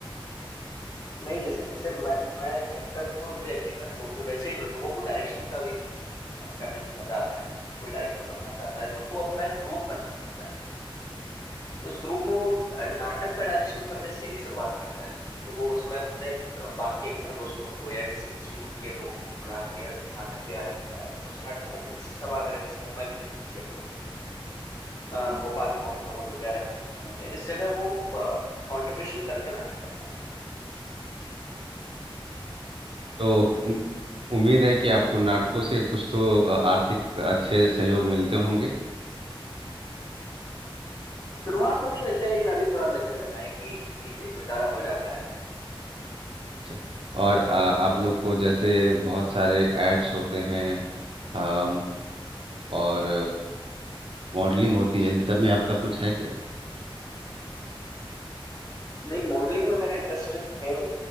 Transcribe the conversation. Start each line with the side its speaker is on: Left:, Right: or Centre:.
Left: नहीं जैसे जैसे मैं मैं एक्टर हूँ और मुझे एक्टिंग का शौक है वैसे ही लोगों को डायरेक्शन का भी करने में मजा आता है कोई डायरेक्टर बनना चाहता है तो वो अपना एक ग्रुप बनाता है उस ग्रुप में वो नाटक का डायरेक्शन करने से ही शुरुआत करता है तो वो उसमें अपने बाकी एक्टर दोस्तों को या किसी इंस्टीट्यूट के लोगों को बुला के नाटक तैयार करता है और फिर उस नाटक को किसी सभागार जैसे मुंबई में पृथ्वी थिएटर हो गया अ, भोपाल में भारत भवन हो गया रविंद्र भवन हो गया इस जगह वो कंट्रीब्यूशन करके नाटक करता है
Right: तो उम्मीद है कि आपको नाटकों से कुछ तो अ, आर्थिक अच्छे सहयोग मिलते होंगे
Left: शुरुआत में नहीं मिलते लेकिन अभी थोड़ा मिलने लगा है कि ठीक है गुजारा हो जाता है
Right: अच्छा और अ, आप लोग को जैसे बहुत सारे एड्स होते हैं अम, और मॉडलिंग होती है इन सब में आपका कुछ है क्या
Left: नहीं मॉडलिंग में मेरा इंटरेस्ट है नहीं